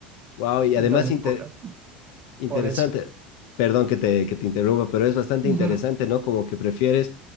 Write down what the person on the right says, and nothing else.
Entonces,
por,
por eso.
Ujú,